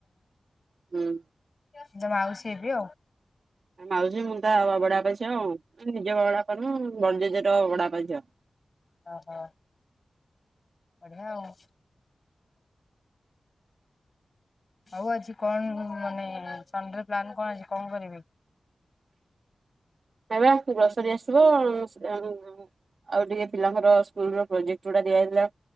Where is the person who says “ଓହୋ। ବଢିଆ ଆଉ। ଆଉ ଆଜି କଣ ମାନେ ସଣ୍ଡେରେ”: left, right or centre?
Left